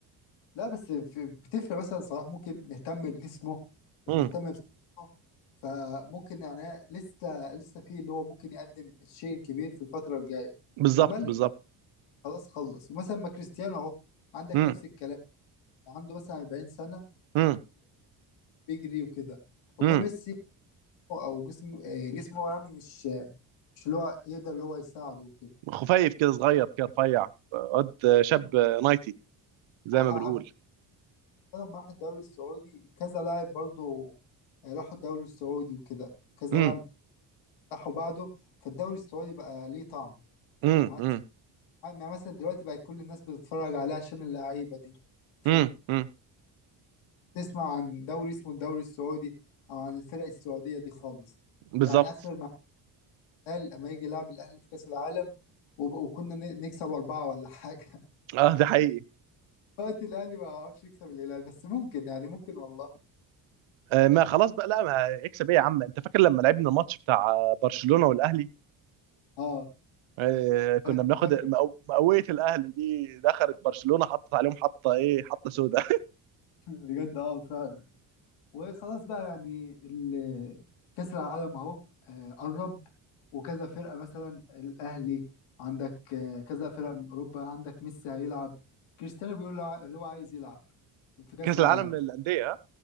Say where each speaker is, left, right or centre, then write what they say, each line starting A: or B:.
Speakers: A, on the left (about 85°); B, on the right (about 75°).
A: لا بس في- بتفرق مثلا صلاح ممكن مهتم بجسمه
B: امم
A: مهتم بصحته فممكن يعني لسه لسه في اللي هو ممكن يقدم الشيء الكبير في الفترة الجاية
B: بالظبط
A: أمال
B: بالظبط
A: خلاص خلص ومثلا ما كريستيانو أهو عندك
B: امم
A: نفس الكلام عنده مثلا 40 سنة
B: امم
A: بيجري وكده امال
B: امم
A: ميسي او جسم آه، جسمه يعني مش آه، مش اللي هو يقدر اللي هو يساعده وكده
B: خفيف كده صغير كده رفيع قد شاب نايتي زي
A: ح-
B: ما بنقول
A: ح- لما راح الدوري السعودي كذا لاعب برضه آه، راحوا الدوري السعودي وكده كذا
B: امم
A: لاعب راحوا بعده فالدوري السعودي بقى ليه طعم
B: امم
A: ما عادش
B: امم
A: يعني مثلا دلوقتي بقى كل الناس بتتفرج عليه عشان اللعيبة دي ف-
B: امم
A: فبتسمع عن دوري اسمه الدوري السعودي او عن الفرق السعودية دي خالص
B: بالظبط
A: يعني اخر الهلال اما يجي يلعب الاهلي في كاس العالم وب- وكنا ن- نكسب اربعه ولا حاجه <laughs>
B: اه ده حقيقي
A: وقت الاهلي ما عرفش يكسب الهلال بس ممكن يعني ممكن والله
B: آه ما خلاص بقى لا ما اكسب ايه يا عم انت فاكر لما لعبنا الماتش بتاع برشلونة والاهلي
A: اه
B: آه كنا
A: فاك-
B: بناخد
A: فاكره
B: المقو- مقاوية الاهلي دي دخلت برشلونة حطت عليهم حطة ايه حطة سوداء
A: <laughs> بجد اه فعلا وخلاص بقى يعني ال- كاس العالم اهو آه، قرب وكذا فرقه مثلا الاهلي عندك آه، كذا فرقه من اوروبا عندك ميسي هيلعب كريستيانو بيقول له ع- اللي هو عايز يلعب
B: <laughs>
A: في كاس
B: كأس
A: العالم
B: العالم للأندية ها